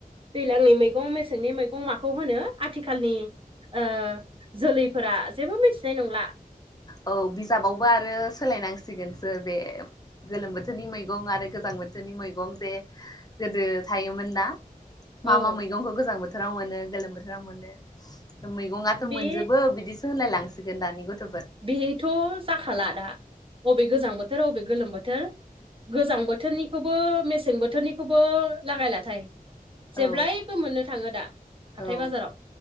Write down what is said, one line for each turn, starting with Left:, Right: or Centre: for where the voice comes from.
Right: दैलांनि मैगं, मेसेंनि मैगं माखौ होनो आथिखालनि ओ जोलैफोरा जेबो मिथिनाय नंला।
Left: औ बिजाबावबो आरो सोलायनांसिगोनसो बे गोलोम बोथोरनि मैगं आरो गोजां बोथोरनि मैगं जे गोदो थायोमोन ना मा
Right: औ
Left: मा मैगंखौ गोजां बोथोराव मोनो गोलोम बोथोराव मोनो। मैगंआथ
Right: बे
Left: मोनजोबो बिदिसो होनलाय लांसिगोन दानि गथ
Right: बेथ‌ जाखाला दा बबे गोजां बोथोर अबे गोलोम बोथोर गोजां बोथोरनिखौबो मेसें बोथोरनिखौबो लागायलाथाय जेब्लायबो
Left: औ
Right: मोननो थाङो दा हाथाय
Left: औ
Right: बाजाराव